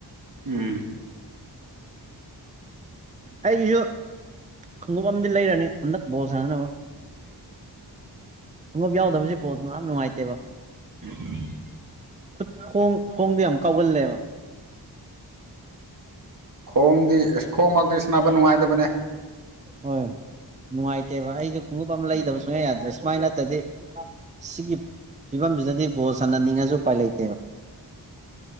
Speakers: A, on the right; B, on the right.
A: ꯎꯝ
B: ꯑꯩꯁꯤꯁꯨ ꯈꯣꯡꯎꯞ ꯑꯃꯗꯤ ꯂꯩꯔꯅꯤ ꯍꯟꯗꯛ ꯕꯣꯜ ꯁꯥꯟꯅꯅꯕ ꯈꯣꯡꯎꯞ ꯌꯥꯎꯗꯕꯁꯤ ꯕꯣꯜ ꯁꯅꯕ ꯅꯨꯡꯉꯥꯏꯇꯦꯕ
A: <inaudible>
B: ꯈꯨꯠ ꯈꯣꯡ ꯈꯣꯡꯗꯣ ꯌꯥꯝ ꯀꯥꯎꯒꯜꯂꯦꯕ
A: ꯈꯣꯡꯗꯤ ꯑꯁ ꯈꯣꯡꯃꯛꯇꯤ ꯁꯅꯕ ꯅꯨꯡꯉꯥꯏꯇꯕꯅꯦ
B: ꯍꯣꯏ ꯅꯨꯡꯉꯥꯏꯇꯦꯕ ꯑꯩꯁꯨ ꯈꯣꯡꯎꯞ ꯑꯃ ꯂꯩꯗꯕ
A: ꯎꯝ
B: ꯁꯨꯡꯌꯥ ꯌꯥꯗ꯭ꯔꯦ ꯁꯨꯃꯥꯏ ꯅꯠꯇꯗꯤ ꯁꯤꯒꯤ ꯐꯤꯕꯝꯁꯤꯗꯗꯤ ꯕꯣꯜ ꯁꯥꯟꯅꯅꯤꯡꯉꯁꯨ ꯎꯄꯥꯏ ꯂꯩꯇꯦ